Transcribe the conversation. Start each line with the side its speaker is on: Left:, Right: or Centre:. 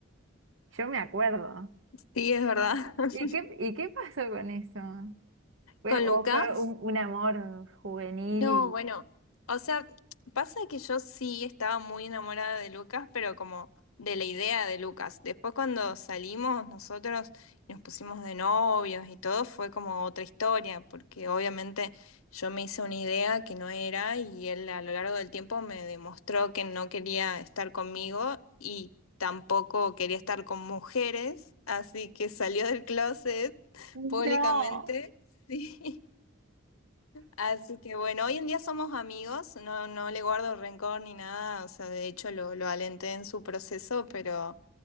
Right: Yo me acuerdo.
Left: Sí, es verdad. <laughs>
Right: ¿Y qué, y qué pasó con eso? ¿Fue,
Left: ¿Con
Right: o
Left: Lucas?
Right: fue un, un amor juvenil
Left: No,
Right: y...
Left: bueno, o sea, pasa que yo sí estaba muy enamorada de Lucas, pero como de la idea de Lucas. Después cuando salimos nosotros y nos pusimos de novios y todo, fue como otra historia, porque obviamente yo me hice una idea que no era y él a lo largo del tiempo me demostró que no quería estar conmigo y tampoco quería estar con mujeres, así que salió del closet
Right: No.
Left: públicamente. <laughs> Sí. Así que bueno, hoy en día somos amigos, no, no le guardo rencor ni nada, o sea, de hecho lo, lo alenté en su proceso, pero,